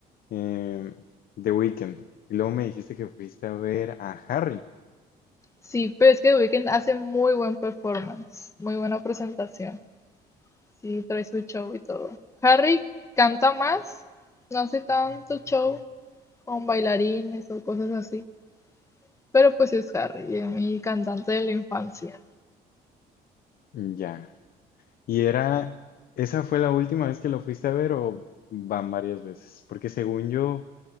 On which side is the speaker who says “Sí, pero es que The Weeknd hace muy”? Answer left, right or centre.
Left